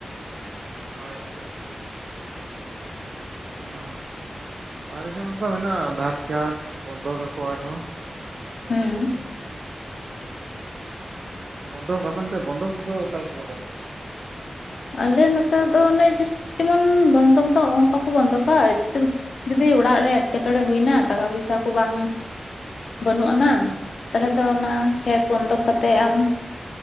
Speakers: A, on the right; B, on the left.
A: ᱟᱪᱪᱷᱟ, ᱟᱪᱪᱷᱟ ᱚᱻ ᱟᱞᱮ ᱥᱮᱫ ᱱᱚᱝᱠᱟ ᱢᱮᱱᱟᱜᱼᱟ ᱵᱷᱟᱜ ᱪᱟᱥ ᱵᱚᱱᱫᱚᱠ ᱟᱠᱚ ᱟᱨᱦᱚᱸ᱾ <unintelligible>
B: ᱦᱩᱸ
A: ᱵᱚᱱᱫᱷᱚᱠ ᱟᱵᱚᱱ <unintelligible> ᱵᱚᱱᱫᱷᱚᱠ ᱫᱚ ᱚᱠᱟᱞᱮᱠᱟ ᱠᱚ ᱵᱚᱱᱫᱚᱜᱼᱟ?
B: ᱟᱞᱮ ᱱᱚᱛᱮ ᱫᱚ ᱚᱱᱮ ᱡᱮᱢᱚᱱ ᱵᱚᱱᱫᱚᱠ ᱫᱚ ᱚᱝᱠᱟ ᱠᱚ ᱵᱚᱱᱫᱚᱜᱼᱟ ᱡᱩᱫᱤ ᱚᱲᱟᱜ ᱨᱮ ᱮᱸᱴᱠᱮᱴᱚᱬᱮ ᱦᱩᱭᱱᱟ ᱴᱟᱠᱟ ᱯᱚᱭᱥᱟ ᱠᱚ ᱵᱟᱝ ᱵᱟᱹᱱᱩᱜ ᱟᱱᱟ ᱛᱟᱞᱦᱮ ᱫᱚ ᱚᱱᱟ ᱠᱷᱮᱛ ᱵᱚᱱᱫᱚᱠ ᱠᱟᱛᱮ ᱟᱢ